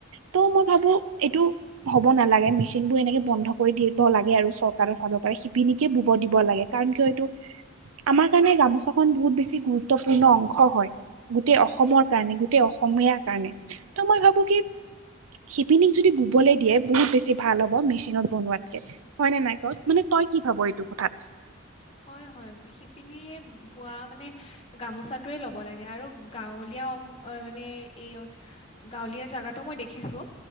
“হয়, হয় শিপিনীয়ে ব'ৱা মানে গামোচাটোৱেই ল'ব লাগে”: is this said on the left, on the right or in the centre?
Left